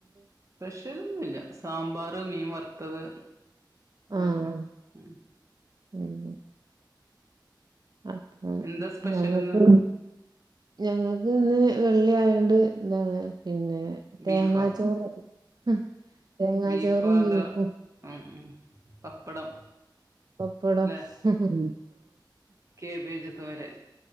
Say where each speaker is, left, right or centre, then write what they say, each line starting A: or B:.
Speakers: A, on the right; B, on the right.
A: സ്പെഷ്യലൊന്നുല്ല സാമ്പാറ് മീൻ വർ ത്തത് അതന്നെ
B: ആഹ്
A: ഉം
B: ഉം ഉം അപ്പം
A: എന്താ സ്പെഷ്യലിന്ന്
B: ഞങ്ങക്ക് ഞങ്ങക്ക് ന്ന് വെള്ളി ആയോണ്ട് താണ് പിന്നെ തേങ്ങാച്ചോറ്
A: ബീഫോ
B: ഉം തേങ്ങാച്ചോറും
A: ബീഫ് അതാ
B: ബീഫും
A: ഉം ഉം പപ്പടം
B: പപ്പടം
A: ല്ലെ
B: ഉം
A: കേബേജ് തോരൻ